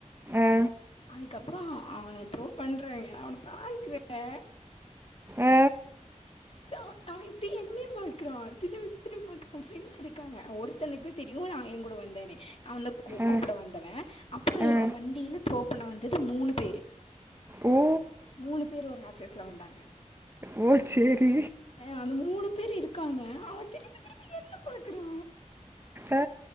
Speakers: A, on the right; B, on the left.
A: ஆ
B: அதுக்கப்புறோ அவ அவன த்ரோ பண்றன் அவன பாக்குறே
A: ஆ
B: த அவே அவே இப்டி என்னே பாக்குறா திரும்பி திரும்பி பாக்குறா ப்ரெண்ட்ஸ் இருக்காங்க ஒருத்தனுக்கு தெரியு நா அவே ஏயா கூட வந்தேனு அவேந்தா கூ
A: ஆ
B: கூப்புட வந்தவ அப்புறோ
A: ஆ
B: வண்டியில த்ரோ பண்ண வந்தது மூணு பேரு
A: ஓ
B: மூணு பேர் ஒரு ஆக்சஸ்ல வந்தாங்க
A: ஓ சேரி
B: அஹ் அந்த மூணு பேர் இருக்காங்க அவே திரும்பி திரும்ப என்ன பாக்குறா
A: ஆ